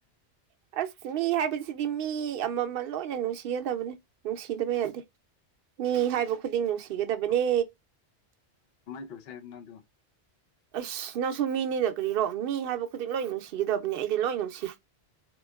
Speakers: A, on the right; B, on the left.
A: ꯑꯁ ꯃꯤ ꯍꯥꯏꯕꯁꯤꯗꯤ ꯃꯤ ꯑꯃꯃ ꯂꯣꯏꯅ ꯅꯨꯡꯁꯤꯒꯗꯕꯅꯦ ꯅꯨꯡꯁꯤꯗꯕ ꯌꯥꯗꯦ ꯃꯤ ꯍꯥꯏꯕ ꯈꯨꯗꯤꯡ ꯅꯨꯡꯁꯤꯒꯗꯕꯅꯦ
B: ꯀꯃꯥꯏꯅ ꯇꯧꯁꯦ ꯍꯥꯏꯕꯅꯣ ꯑꯗꯣ
A: ꯑꯁ ꯅꯪꯁꯨ ꯃꯤꯅꯤꯅ ꯀꯔꯤꯔꯣ ꯃꯤ ꯍꯥꯏꯕ ꯈꯨꯗꯤꯡ ꯂꯣꯏ ꯅꯨꯡꯁꯤꯒꯗꯕꯅꯤ ꯑꯩꯗꯤ ꯂꯣꯏ ꯅꯨꯡꯁꯤ